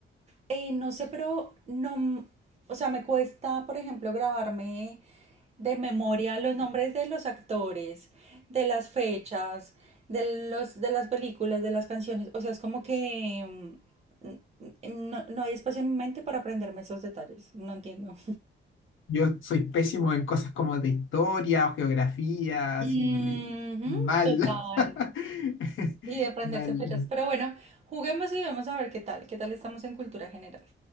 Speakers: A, on the right; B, on the left.
A: eh, no sé, pero no, m- o sea, me cuesta, por ejemplo, grabarme de memoria los nombres de los actores, de las fechas, de los, de las películas, de las canciones. O sea, es como que mm, n- no, no hay espacio en mi mente para aprenderme esos detalles. No entiendo.
B: Yo soy pésimo en cosas como de historia o geografía, así
A: Ujú,
B: mal.
A: total.
B: <laughs>
A: Y de aprenderse
B: Mal.
A: fechas. Pero bueno, juguemos y vemos a ver qué tal. ¿Qué tal estamos en cultura general?